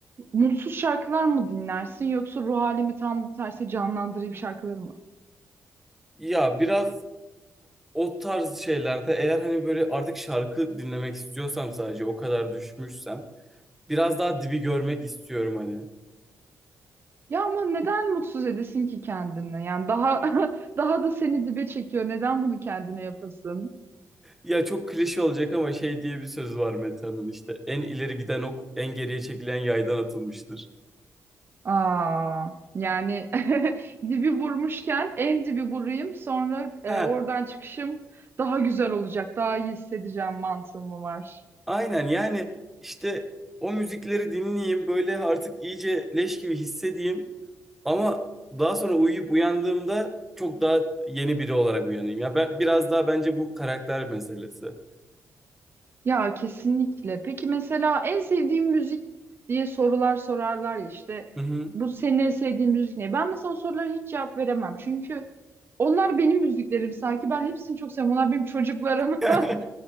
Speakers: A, on the right; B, in the centre.
A: mutsuz şarkılar mı dinlersin yoksa ruh halimi tam tersi canlandırayım şarkıları mı?
B: Ya biraz o tarz şeylerde eğer hani böyle artık şarkı dinlemek istiyorsam sadece o kadar düşmüşsem biraz daha dibi görmek istiyorum hani.
A: Ya ama neden mutsuz edesin ki kendini? Yani daha <laughs> daha da seni dibe çekiyor. Neden bunu kendine yapasın?
B: Ya çok klişe olacak ama şey diye bir söz var Meta'nın işte. En ileri giden ok en geriye çekilen yaydan atılmıştır.
A: Aa, yani <laughs> dibi vurmuşken en dibi vurayım sonra e,
B: Ha,
A: oradan çıkışım daha güzel olacak, daha iyi hissedeceğim mantığı mı var?
B: aynen yani işte o müzikleri dinleyeyim böyle artık iyice leş gibi hissedeyim ama daha sonra uyuyup uyandığımda çok daha yeni biri olarak uyanayım. Ya ben biraz daha bence bu karakter meselesi.
A: Ya kesinlikle. Peki mesela en sevdiğim müzik diye sorular sorarlar ya işte
B: Hı hı.
A: bu senin en sevdiğin müzik ne? Ben mesela o sorulara hiç cevap veremem çünkü onlar benim müziklerim sanki ben hepsini çok seviyorum. Onlar benim çocuklarım.
B: <laughs>
A: <laughs>